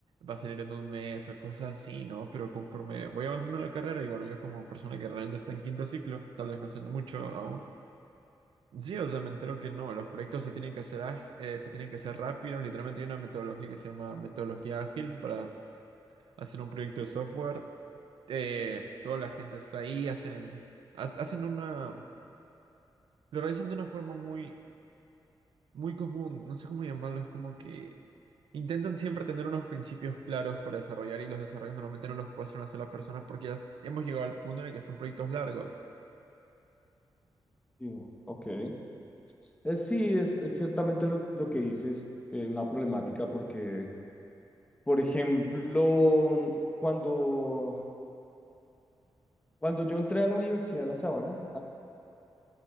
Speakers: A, on the right; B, on the left.
A: va a salir en un mes o cosas así, ¿no? Pero conforme voy avanzando en la carrera y bueno, yo como persona que realmente está en quinto ciclo, tal vez no sé mucho aún. Sí, o sea, me entero que no, los proyectos se tienen que hacer ági- eh, se tienen que hacer rápido, literalmente hay una metodología que se llama metodología ágil para hacer un proyecto de software eh, toda la gente está ahí, hacen, ha- hacen una, lo realizan de una forma muy muy común, no sé cómo llamarlo, es como que intentan siempre tener unos principios claros para desarrollar y los desarrollos normalmente no los puede hacer una sola persona porque ya hemos llegado al punto en el que son proyectos largos.
B: Digo, ok. Eh, sí, es, es ciertamente lo, lo que dices, eh, una problemática porque, por ejemplo, mm, cuando, cuando yo entré a la Universidad de La Sabana,